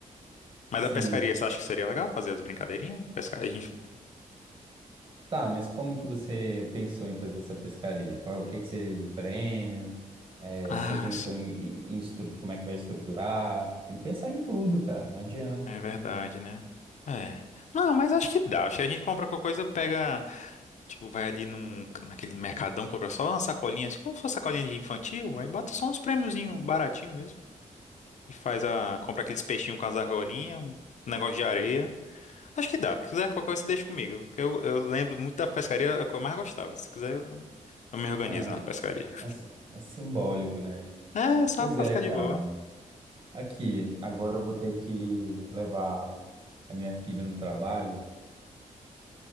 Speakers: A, on the left; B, on the right.
A: Mas
B: Sim.
A: da pescaria, você acha que seria legal fazer as brincadeirinhas? Pescar, a gente.
B: Tá, mas como que você pensou em fazer essa pescaria? Qual, o que que seria de prêmio? É,
A: Ah,
B: você pensou
A: sim,
B: em, em estru- como é que vai estruturar? Tem que pensar em tudo, cara, não adianta.
A: é verdade, né? É. Não, mas acho que dá. Acho que a gente compra qualquer coisa, pega, tipo, vai ali num, naquele mercadão, compra só uma sacolinha, assim, como se fosse sacolinha de infantil, aí bota só uns prêmiozinhos baratinho mesmo. E faz a. Compra aqueles peixinhos com as argolinhas, um negócio de areia. Acho que dá. Se quiser qualquer coisa, deixa comigo. que Eu, eu lembro muito da pescaria, é que eu mais gostava. Se quiser, eu, eu me organizo
B: Ah,
A: na pescaria.
B: é, si- é simbólico, né?
A: É, só
B: Pois
A: pra
B: é,
A: ficar
B: cara.
A: de boa.
B: Aqui, agora eu vou ter que levar a minha filha no trabalho.